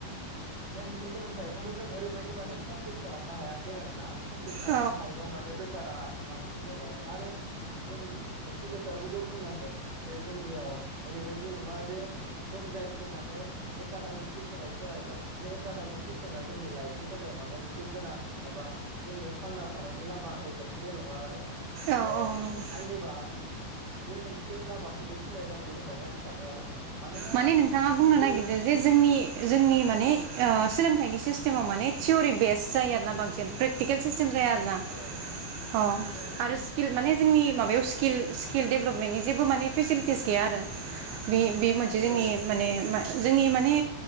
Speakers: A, on the right; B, on the right.
A: मेनलि सोलोंथाइखौनो जों ओरैबायदि बिदि माने कमप्टि खालामनो हायाखै आरोना कमप्लिट खालामनो
B: औ
A: हायैयाव माने बेखारा बांसिन जाबाय। आरो जों मोनसे खोथाखौबो बुंनांगोन जे जोंनियाव ओरैबायदि नङा जे जों जायखौ माने एकाडेमिक सेसनाव फरायबाय बे एकाडेमिक सेसना जोंनि लाइभ बेनि थाखाय माबा मोनसे गोनां एबा जोंनो थांना थानायनि लामा होगोन बे नङा आरोना
B: औ
A: जे
B: औ नंगौ
A: आंनिबा बे मोनसे लामाखौबो सोलायनांगौ होननानै आं सानो आरोना। मानोना
B: माने नोंथाङा बुंनो
A: जुदि
B: नागिरदों जे जोंनि जोंनि माने ओ सोलोंथाइनि सिस्टेम । सिस्टेमावाने थियरि बेस्ट जायोना बांसिन प्रेटिकेल सिस्तिम जाया आरोना
A: औ
B: अ
A: औ
B: आरो स्किल माने जोंनि माबायाव सकि स्किल डेभेलपमेन्टनि जेबो माने फेसिलितिस गैया आरो जोंनि
A: औ औ
B: माने मा जोंनि माने